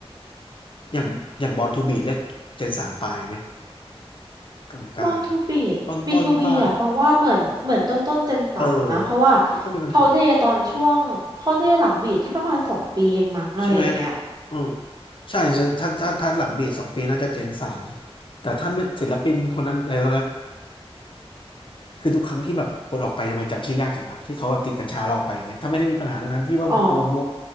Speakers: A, on the left (about 55°); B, on the right (about 40°).
A: อย่างอย่างบอลทูบีทเรียกเจนสามปลายไหม กลางๆต้นๆป่ะ
B: มอนทูบีดบีทูบีอะกองว่าเหมือนเหมือนต้นต้นเจนสามนะ
A: เออ
B: เพราะว่า
A: ไม่ค่อยมีปัญหา
B: เขาเดย์ตอนช่วงเขาเดย์หลังบีดแค่ประมาณสองปีเองมั้งอะไรอย่างเงี้ย
A: ใช่ไหมเออใช่ถ้าถ้าถ้าถ้าหลังเบสสองปีน่าจะเจนสามแต่ถ้าไม่ศิลปินคนนั้นอะไรเขาเรียกคือทุกครั้งที่แบบคนออกไปทำไมจำชื่อยากจังวะ ที่เขาแบบติดกัญชาเราออกไปอย่างเงี้ยถ้าไม่ได้มีปัญหาเรื่องนั้นพี่ว่าวงวง
B: อ๋อ